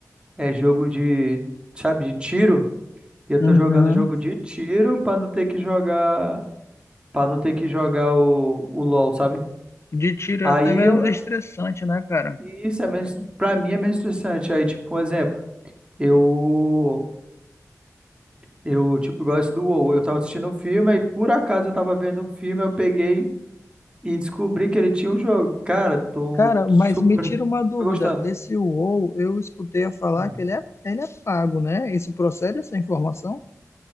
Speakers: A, on the right; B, on the left.
A: é jogo de, sabe, de tiro. E eu
B: Uhum.
A: tô jogando jogo de tiro pra não ter que jogar, para não ter que jogar o, o LoL, sabe?
B: De tiro
A: Aí
B: é até menos
A: eu,
B: estressante, né, cara?
A: isso é menos, pra mim é menos interessante. Aí, tipo, um exemplo, eu Eu, tipo, gosto do WoW. Eu tava assistindo o filme, aí por acaso eu tava vendo o filme, eu peguei e descobri que ele tinha um jogo. Cara, tô
B: Cara,
A: super
B: mas me tira uma dúvida.
A: tô gostando.
B: Esse WoW, eu escutei a falar
A: Hum.
B: que ele é, ele é pago, né? Isso procede essa informação?